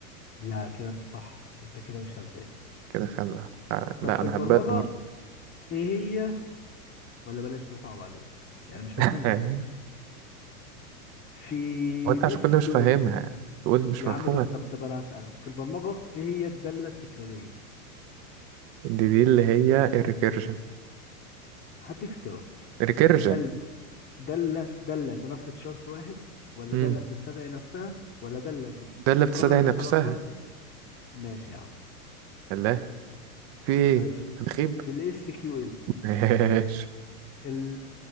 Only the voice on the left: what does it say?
لا كده انت صح انت كده مش هبات
طب في
البرمجه
ايه هي ولا بلاش ده صعب عليك يعني مش
مفهوم اصلا في
الاس
كيو
ال
يا
عم طب طب طب انا هسالك في البرمجه ايه هي الداله التكراريه
هديك اختيارات
دل داله داله تنفذ شرط واحد ولا
داله بتستدعي نفسها ولا داله بت...
بتكرر
الحركات ماشي يا عم
طيب في
في الاس كيو ال
ال